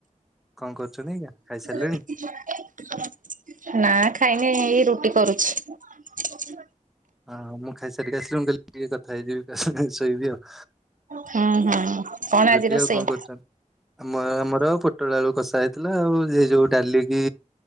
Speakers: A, in the centre; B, on the right.
A: କଣ କରୁଛନ୍ତି ଆଜ୍ଞା ଖାଇସାରିଲେଣି
B: <inaudible> ନା ଖାଇନି ଏଇ ରୁଟି କରୁଛି।
A: ହଁ ମୁଁ ଖାଇସାରିକି ଆସିଲି ମୁଁ କହିଲି ଟିକେ କଥା ହେଇଯିବି ଶୋଇବି ଆଉ।
B: ହୁଁ ହୁଁ କଣ
A: ରୁଟି
B: ଆଜି ରୋଷେଇ?
A: ଆଉ କଣ କରୁଛନ୍ତି ଆମ ଆମର ପୋଟଳ ଆଳୁ କଷା ହେଇଥିଲା ଆଉ ସେ ଯୋଉ ଡାଲି କିି